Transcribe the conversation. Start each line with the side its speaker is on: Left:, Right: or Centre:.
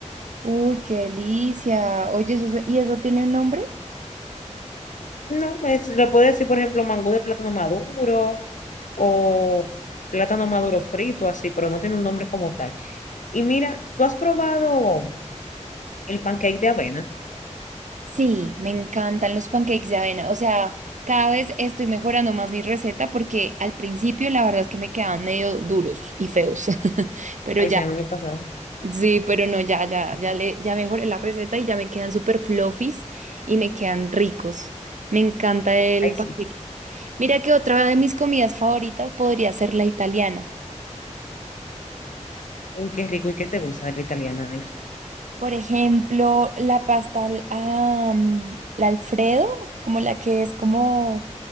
Right: Uy, qué delicia. Oye, eso, su- ¿y eso tiene un nombre?
Left: No, es, le puedo decir, por ejemplo, mangú de plátano maduro o plátano maduro frito, así, pero no tiene un nombre como tal. Y mira, ¿tú has probado el pancake de avena?
Right: Sí, me encantan los pancakes de avena. O sea, cada vez estoy mejorando más mi receta porque al principio la verdad es que me quedaban medio duros y feos. <laughs> Pero
Left: Ay,
Right: ya,
Left: sí, a mí me pasaba.
Right: sí, pero no, ya, ya, ya le, ya mejoré la receta y ya me quedan súper fluffies y me quedan ricos. Me encanta el
Left: Ay,
Right: pancake.
Left: sí.
Right: Mira que otra de mis comidas favoritas podría ser la italiana.
Left: Uy, qué rico y qué te gusta de la italiana. El-
Right: Por ejemplo, la pasta, al- ah, mm, la Alfredo, como la que es como